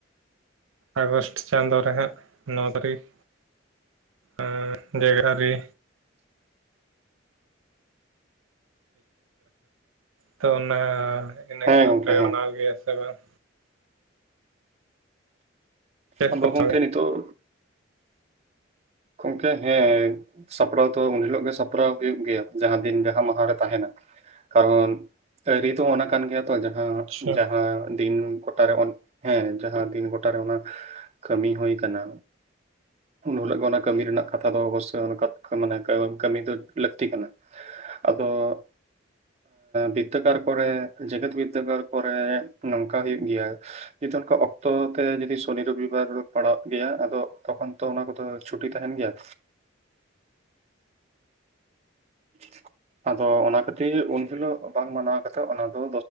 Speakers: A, on the right; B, on the right.
A: ᱟᱜᱚᱥᱴ ᱪᱟᱸᱫᱳ ᱨᱮᱦᱟᱸᱜ ᱱᱚ ᱛᱟᱹᱨᱤᱠᱷ ᱟᱻᱦᱦ ᱰᱮᱜᱟᱨᱤ ᱛᱚ ᱚᱱᱟ ᱤᱱᱟᱹ
B: ᱦᱮᱸ
A: ᱦᱤᱞᱳᱜ
B: ᱜᱚᱝᱠᱮ
A: ᱯᱮ
B: ᱦᱮᱸ
A: ᱢᱟᱱᱟᱣ ᱜᱮᱭᱟ ᱥᱮ ᱵᱟᱝ? ᱪᱮᱫ
B: ᱟᱵᱩ
A: ᱠᱚ
B: ᱜᱚᱢᱠᱮ
A: ᱯᱮ
B: ᱱᱤᱛᱚᱜ ᱜᱚᱢᱠᱮ ᱦᱮᱸ ᱥᱟᱯᱲᱟᱣ ᱛᱚ ᱩᱱ ᱦᱤᱞᱳᱜ ᱜᱮ ᱥᱟᱯᱲᱟᱣ ᱦᱩᱭᱩᱜ ᱜᱮᱭᱟ ᱡᱟᱦᱟᱸ ᱫᱤᱱ ᱡᱟᱦᱟᱸ ᱢᱟᱦᱟᱨᱮ ᱛᱟᱦᱮᱸᱱᱟ ᱠᱟᱨᱚᱱ ᱟᱹᱨᱤ ᱫᱚ ᱚᱱᱟ ᱠᱟᱱ ᱜᱮᱭᱟ ᱛᱚ ᱡᱟᱦᱟᱸ
A: ᱟᱪᱪᱷᱟ
B: ᱡᱟᱦᱟᱸ ᱫᱤᱱ ᱜᱚᱴᱟᱨᱮ ᱳᱱ ᱦᱮᱸ ᱡᱟᱦᱟᱸ ᱫᱤᱱ ᱜᱚᱴᱟᱨᱮ ᱚᱱᱟ ᱠᱟᱹᱢᱤ ᱦᱚᱭ ᱠᱟᱱᱟ ᱩᱱ ᱦᱚᱸᱞᱟᱹᱜ ᱚᱱᱟ ᱠᱟᱹᱢᱤ ᱨᱮᱱᱟᱜ ᱠᱟᱛᱷᱟ ᱫᱚ ᱚᱵᱚᱥᱳᱭ ᱚᱱᱠᱟ ᱢᱟᱱᱮ ᱠᱟᱹᱢᱤ ᱫᱚ ᱞᱟᱹᱠᱛᱤ ᱠᱟᱱᱟ ᱟᱫᱚᱜ ᱵᱤᱫᱽᱫᱟᱹᱜᱟᱲ ᱠᱚᱨᱮ ᱡᱮᱜᱮᱛ ᱵᱤᱫᱽᱫᱟᱹᱜᱟᱲ ᱠᱚᱨᱮ ᱱᱚᱝᱠᱟ ᱦᱩᱭᱩᱸᱜ ᱜᱮᱭᱟ ᱚᱱᱠᱟ ᱚᱠᱛᱚ ᱛᱮ ᱡᱩᱫᱤ ᱥᱩᱱᱤ ᱨᱩᱵᱤᱵᱟᱨ ᱯᱟᱲᱟᱜ ᱜᱮᱭᱟ ᱟᱫᱚ ᱛᱚᱠᱷᱚᱱ ᱛᱚ ᱚᱱᱟ ᱠᱚᱫᱚ ᱪᱷᱩᱴᱤ ᱛᱟᱦᱮᱸᱱ ᱜᱮᱭᱟ? <inaudible> ᱟᱫᱚ ᱚᱱᱟ ᱠᱷᱟᱹᱛᱤᱨ ᱩᱱᱦᱤᱞᱳᱜ ᱵᱟᱝ ᱢᱟᱱᱟᱣ ᱠᱟᱛᱮᱜ ᱚᱱᱟ ᱫᱚ